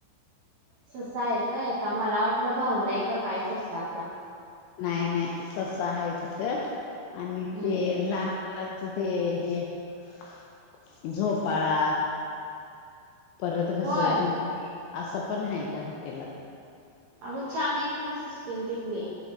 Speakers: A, on the right; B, on the left.
A: ससा येतोय, का मला वाटलं भाऊलाय का काय ससा आतला
B: नाही-नाही सस आहे तुथं आणि
A: हम्म
B: ते
A: हम्म हम्म.
B: लहान लाच ते हे <inaudible> झोपाळा. परत घसरगु
A: होय
B: असं पण आहे त्या हॉटेला
A: अगं छान आहे कि म स स्टीम तिथली.